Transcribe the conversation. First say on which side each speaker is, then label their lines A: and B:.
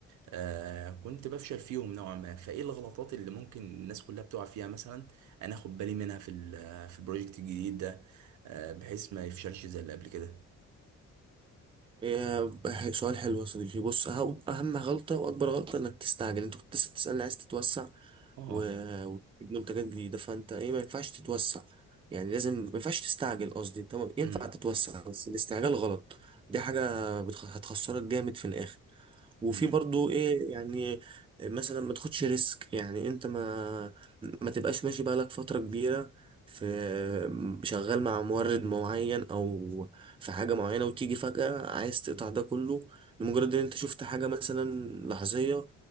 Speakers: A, on the right; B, on the right.
A: آه كنت بفشل فيهم نوعا ما فايه الغلطات اللي ممكن الناس كلها بتقع فيها مثلا انا اخد بالي منها في ال- في البروجكت الجديد ده آه بحيث ما يفشلش زي اللي قبل كده
B: إيه، سؤال حلو يا صديقي بص أهم أهم غلطة وأكبر غلطة إنك تستعجل أنت كنت لسه بتسألني عايز تتوسع
A: اه
B: و- وتجيب منتجات جديدة فأنت إيه ما ينفعش تتوسع يعني لازم ما ينفعش تستعجل قصدي أنت م- ينفع
A: امم
B: تتوسع بس الاستعجال غلط دي حاجة بتخ- هتخسرك جامد في الآخر وفي
A: امم
B: برضو إيه يعني مثلا ما تاخدش ريسك يعني أنت ما ما تبقاش ماشي بقالك فترة كبيرة في شغال مع مورد معين أو في حاجة معينة وتيجي فجأة عايز تقطع ده كله لمجرد ان انت شفت حاجة مثلا لحظية